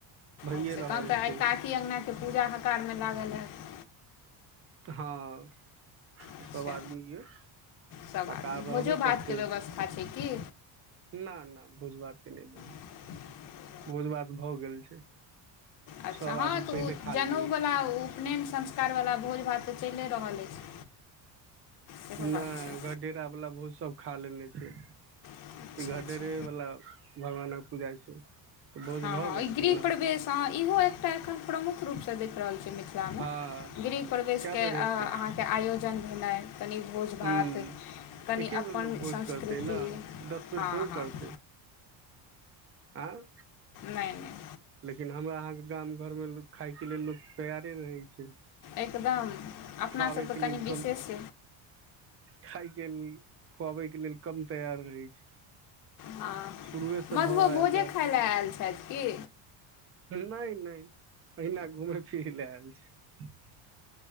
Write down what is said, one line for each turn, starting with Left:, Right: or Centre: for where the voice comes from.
Right: भइए
Left: अच्छा तहन
Right: रहल
Left: तऽ आइ
Right: छै
Left: काकी अँगनाके पूजा हकार मे लागल हेत
Right: हँ तऽ
Left: अच्छा
Right: सभ आदमी यए
Left: सब
Right: हकार
Left: आदमी
Right: रहबे
Left: भोजो भातके
Right: करते
Left: बेबस्था छै कि
Right: ना ना भोज भात के नय बेबस्ता
Left: <inaudible>
Right: बोझ भात भऽ गेल छै
Left: अच्छा
Right: सब
Left: हँ
Right: आदमी
Left: तऽ
Right: पहिले
Left: उ
Right: खा
Left: जनेउ
Right: लेने
Left: बला
Right: छै
Left: उपनयन संस्कार बाला भोज भात तऽ चैले रहल अछि सेहो बात
Right: नहि
Left: छै
Right: घढेरा वाला भोज सब खा लेने छै
Left: अच्छा
Right: घटेरे
Left: अच्छा
Right: बाला भगवानक पूजा छै तऽ भोज
Left: हँ
Right: भऽ
Left: हँ
Right: गेल
Left: गृह
Right: छै ने
Left: प्रवेश अ इहो एकटा एखन प्रमुख रूपसँ देख रहल छियनि मिथिलामे
Right: हँ
Left: गृह प्रवेशके
Right: कए बेर हेतै
Left: अहाँके आयोजन भेनाइ कनि भोज
Right: हूँ
Left: भात कनि
Right: एके
Left: अपन
Right: बेर लोक भोज
Left: संस्कृति
Right: करतै ने दस बेर
Left: हँ
Right: थोड़े
Left: हँ
Right: करतै
Left: <inaudible>
Right: आँ
Left: नाइ नाइ
Right: लेकिन हमरा अहाँके गाम घरमे खायके लेल लोक तैयारे रहै छै
Left: एकदम अपनासभ
Right: खुआबै
Left: तऽ
Right: के
Left: कनि
Right: लेल
Left: विशेष
Right: कम खाायके खुआबैके लेल कम तैयार रहै छै
Left: हँ
Right: शुरुए से
Left: मधुओ
Right: भाव आबि
Left: भोजे खाय लेल आयल छथि की
Right: नहि नहि अहिना घुमै फिरै लेल आयल छैय